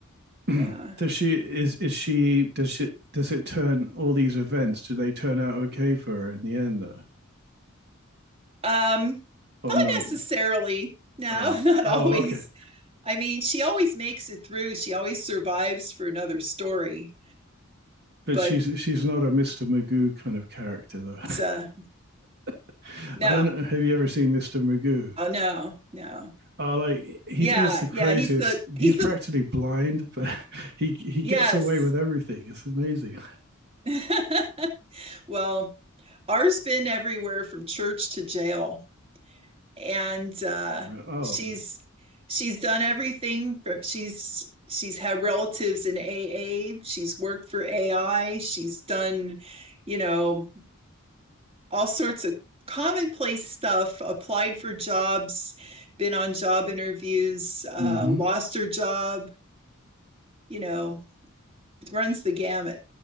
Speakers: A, on the right; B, on the right.
A: <clears throat>
B: Yeah.
A: does she is is she does she does it turn all these events? Do they turn out okay for her in the end though,
B: Um,
A: or
B: not
A: not?
B: necessarily. No,
A: Oh,
B: <laughs> not
A: oh,
B: always.
A: okay.
B: I mean, she always makes it through. She always survives for another story.
A: But
B: But
A: she's she's not a Mr. Magoo kind of character though.
B: uh,
A: <laughs>
B: no,
A: I don't know. Have you ever seen Mr. Magoo?
B: oh, no, no.
A: Oh, like he
B: Yeah,
A: does the craziest.
B: yeah. He's the he's
A: He's practically
B: the
A: blind, but <laughs> he he
B: yes.
A: gets away with everything. It's amazing.
B: <laughs> well, ours been everywhere from church to jail. and uh,
A: Right. Oh,
B: she's she's done everything from she's she's had relatives in AA. She's worked for AI. She's done, you know, all sorts of commonplace stuff, applied for jobs, been on job interviews, uh,
A: hmm
B: lost her job, you know, it runs the gamut.